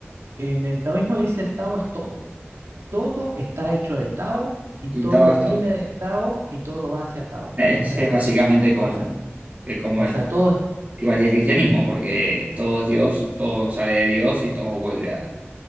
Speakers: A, on the right (about 85°); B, on the right (about 35°).
A: En el taoísmo dice Tao es todo. todo está hecho de Tao y
B: Y
A: todo
B: todo esto.
A: viene de Tao y todo va hacia Tao.
B: Es,
A: O sea,
B: es básicamente como,
A: o sea,
B: que como
A: o
B: el,
A: sea, todo,
B: igual que el cristianismo, porque todo es Dios, todo sale de Dios y todo vuelve a,